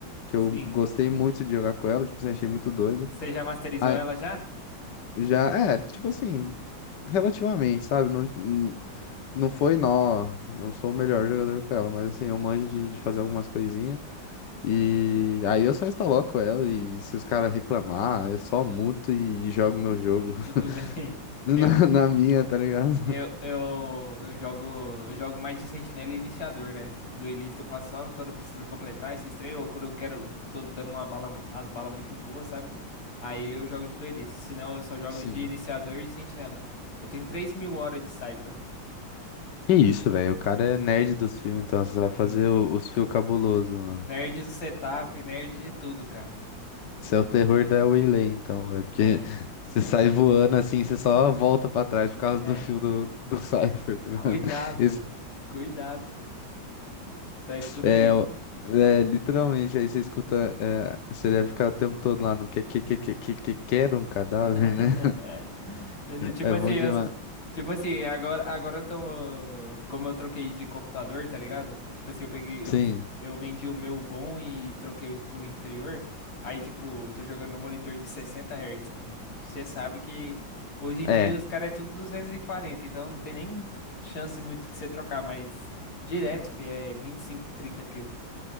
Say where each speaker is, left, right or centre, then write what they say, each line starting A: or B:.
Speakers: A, on the left; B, on the left.
A: que
B: Sim.
A: eu gostei muito de jogar com ela, tipo assim, achei muito doido.
B: Você já masterizou
A: Aí
B: ela já?
A: já, é, tipo assim, relativamente, sabe? Não, n- não foi nó, não sou o melhor jogador com ela, mas assim, eu manjo de, de fazer algumas coisinhas. E aí eu só instaloco ela e se os caras reclamar, eu só muto e, e jogo meu jogo
B: E tudo bem. <laughs>
A: <laughs> na, na minha, tá ligado?
B: Eu, eu, eu jogo, eu jogo mais de sentinela e iniciador, né? Duelista eu faço só quando eu preciso completar esse trem ou quando eu quero, tô dando uma bala, as balas muito boas, sabe? Aí eu jogo de duelista. Senão eu só jogo
A: Sim.
B: de iniciador e sentinela. Eu tenho três mil horas de Cypher.
A: Que isso, velho. O cara é nerd dos fios, então você sabe
B: Né?
A: fazer o- os fios cabuloso,
B: né?
A: mano.
B: Nerd do setup, nerd de tudo, cara.
A: você é o terror da Waylay, então, velho. Porque
B: É,
A: <laughs> você sai voando assim, você só volta pra trás por causa
B: é.
A: do fio do, do <laughs> Cypher, tá ligado?
B: Cuidado,
A: <laughs> Isso
B: cuidado. Só escuta
A: é,
B: isso.
A: o- é literalmente, aí você escuta, é, você deve ficar o tempo todo lá no que, que, que, que, que, que quer um cadáver,
B: <laughs>
A: né? <laughs>
B: No- Tipo
A: É
B: assim,
A: bom
B: eu-
A: demais.
B: tipo assim, agora, agora eu tô. Como eu troquei de computador, tá ligado? Tipo assim, eu peguei.
A: Sim,
B: Eu, eu vendi o meu bom e troquei por inferior. Aí, tipo, eu tô jogando no monitor de 60 Hz, mano. Você sabe que hoje em
A: é.
B: dia os caras é tudo 240, então não tem nem chance muito de você trocar, mas direto, fi, é 25, 30 quilos.